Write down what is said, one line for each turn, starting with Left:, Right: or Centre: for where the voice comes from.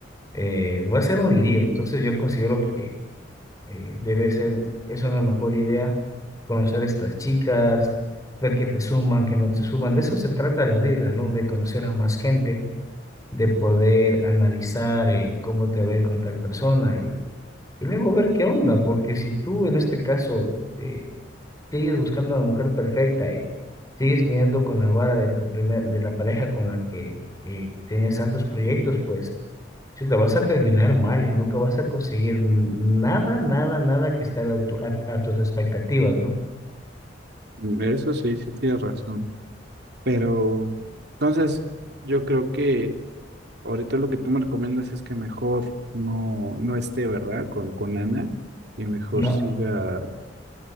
Left: eh, va a ser un lío. Entonces yo considero que eh, debe ser, es una mejor idea conocer a estas chicas, ver que te suman, que no te suman. De eso se trata la vida, ¿no? De conocer a más gente de poder analizar eh, cómo te va a ir con tal persona y, y luego ver qué onda, porque si tú en este caso eh, sigues buscando a la mujer perfecta y sigues mirando con la vara de tu primer, de la pareja con la que eh, tenías tantos proyectos, pues te vas a terminar mal y nunca vas a conseguir nada, nada, nada que esté a, la altu- a- a tus expectativas, ¿no?
Right: Mm, Eso sí, sí tienes razón. Pero entonces yo creo que ahorita lo que tú me recomiendas es que mejor no, no esté, ¿verdad? Con, con Ana y mejor
Left: No,
Right: siga,